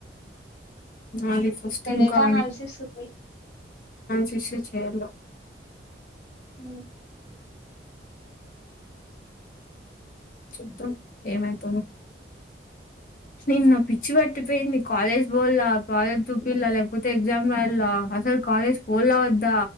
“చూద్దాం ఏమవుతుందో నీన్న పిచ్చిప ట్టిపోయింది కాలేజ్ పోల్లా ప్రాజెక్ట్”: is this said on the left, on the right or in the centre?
Left